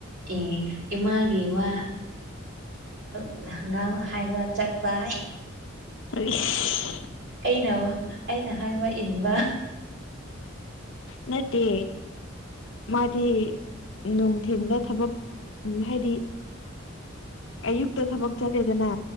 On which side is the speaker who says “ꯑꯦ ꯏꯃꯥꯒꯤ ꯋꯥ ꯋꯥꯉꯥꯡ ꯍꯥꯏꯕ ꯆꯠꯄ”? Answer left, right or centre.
Right